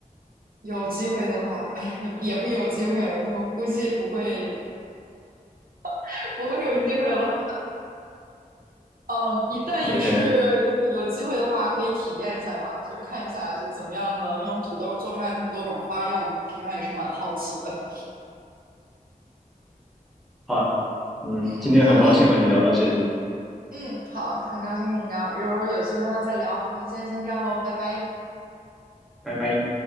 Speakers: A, on the right; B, in the centre.
A: 有机会的话，哎呀，也也不有机会了，我估计不会 <laughs> 不会有机会了。嗯，一但也是有机会的话，
B: OK。
A: 可以体验一下吧，就是看一下就是怎么样能用土豆做出来那么多种花样的，平常也是蛮好奇的。
B: 好啊，嗯，
A: <laughs> 嗯，
B: 今天很高兴和你聊到这里，
A: 好嘞，嗯，好，很高兴跟你聊，一会儿有机会的再聊，那今天先这样喽，拜拜。
B: 拜拜。